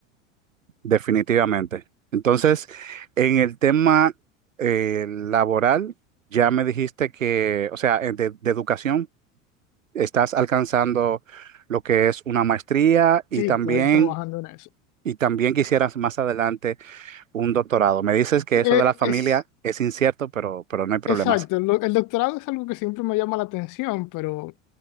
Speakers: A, on the right; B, on the left.
A: Definitivamente. Entonces, en el tema eh, laboral, ya me dijiste que, o sea, eh, de, de educación. estás alcanzando lo que es una maestría y
B: Sí,
A: también,
B: estoy trabajando en eso.
A: y también quisieras más adelante un doctorado. Me dices que eso
B: Eh,
A: de la familia
B: Es,
A: es incierto, pero, pero no hay problemas.
B: Exacto,
A: Sí,
B: el, do- el doctorado es algo que siempre me llama la atención, pero